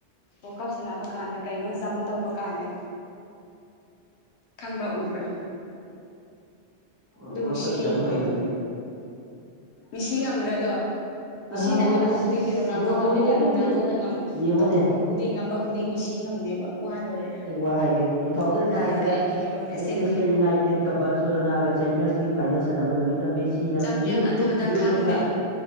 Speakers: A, on the left; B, on the right.
A: ꯋꯥꯔꯜꯀꯞ ꯁꯥꯟꯅꯕ ꯀꯥꯟꯗ ꯀꯩꯅꯣ ꯖꯝ ꯇꯧꯕ ꯀꯥꯟꯗ
B: <inaudible>
A: ꯈꯪꯕ꯭ꯔꯥ ꯎꯕ꯭ꯔꯥ
B: ꯋꯥꯔꯜ
A: ꯑꯗꯨ ꯃꯤꯁꯤ
B: ꯀꯞ ꯑꯦꯛꯖꯥꯝ
A: ꯌꯧꯔꯣꯏꯕ
B: ꯇꯧꯕꯗ ꯀꯔꯤ
A: ꯃꯤꯁꯤ ꯆꯝꯕꯥ ꯑꯗꯨ
B: ꯑꯦ
A: ꯃꯤꯁꯤꯅ
B: ꯉꯝꯃꯣꯏ
A: ꯉꯝꯕ
B: ꯑꯁ
A: ꯈꯨꯗꯤꯡꯗꯤ ꯔꯣꯅꯥꯜꯗꯣ
B: ꯉꯝꯃꯣꯏꯅꯦ
A: ꯉꯝꯃꯤ ꯕ
B: ꯑꯗꯨꯕꯨꯗꯤ
A: ꯔꯣꯅꯥꯜꯗꯣꯅ
B: ꯌꯦꯡꯉꯨꯅꯦ
A: ꯇꯧꯊꯣꯛꯄ ꯈꯨꯗꯤꯡ ꯉꯝꯕ ꯈꯨꯗꯤꯡ ꯃꯤꯁꯤ ꯁꯤ ꯉꯝꯗꯦꯕ ꯋꯥ ꯂꯣꯏꯔꯦ
B: ꯑꯩ ꯋꯥ ꯍꯥꯏꯒꯦ ꯇꯨ ꯊꯥꯎꯖꯟ
A: ꯔꯣꯅꯥꯜꯗꯣꯗꯤ
B: ꯅꯥꯏꯟꯗ
A: ꯑꯩꯒꯤ ꯍꯦꯔꯣꯅꯦ ꯑꯁꯦꯡꯕ
B: ꯃꯦꯟꯆꯦꯁꯇꯔ
A: ꯍꯦꯔꯣ
B: ꯌꯨꯅꯥꯏꯇꯦꯠꯀ ꯕꯥꯔꯁꯣꯂꯣꯅꯥꯒ ꯆꯦꯝꯄꯤꯌꯟꯁ ꯂꯤꯒ ꯐꯥꯏꯅꯦꯜꯁ ꯁꯥꯟꯅꯕ ꯅꯨꯃꯤꯠ ꯃꯦꯁꯤꯅ
A: ꯆꯝꯄꯤꯌꯟ
B: ꯈꯣꯡꯎꯞ
A: ꯑꯗꯨꯗ
B: ꯆꯨꯞꯈꯤꯕꯗꯣ
A: ꯈꯪꯗꯦ
B: ꯈꯪꯕ꯭ꯔꯥ